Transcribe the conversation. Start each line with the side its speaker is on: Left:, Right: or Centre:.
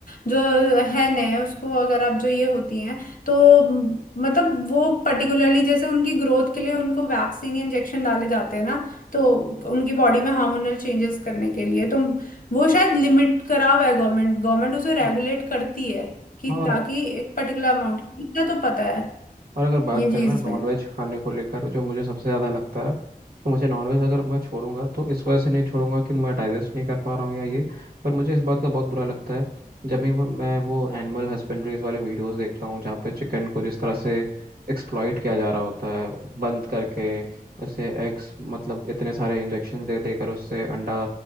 Left: जो है नए उसको अगर आप जो ये होती हैं तो मतलब वो पर्टिकुलरली जैसे उनकी ग्रोथ के लिए उनको वैक्सीन इंजेक्शन डाले जाते हैं ना तो उनकी बॉडी में हार्मोनल चेंजेस करने के लिए तो वो शायद लिमिट करा हुआ है गवर्नमेंट गवर्नमेंट उसे
Right: हाँ
Left: रेगुलेट करती है कि
Right: और
Left: ताकि एक पर्टिकुलर अमाउंट इतना तो पता है
Right: और अगर बात
Left: ये
Right: करें
Left: चीज
Right: ना नॉनवेज
Left: में
Right: खाने को लेकर जो मुझे सबसे ज़्यादा लगता है कि मुझे नॉनवेज अगर मैं छोड़ूंगा तो इस वजह से नहीं छोड़ूंगा कि मैं डाइजेस्ट नहीं कर पा रहा हूँ या ये पर मुझे इस बात का बहुत बुरा लगता है जब भी वो- मैं वो एनिमल हस्बेंड्रीज वाले वीडियोस देखता हूँ जहाँ पे चिकन को जिस तरह से एक्सप्लॉइट किया जा रहा होता है बंद करके उसे एग्स मतलब इतने सारे इंजेक्शन दे देकर उससे अंडा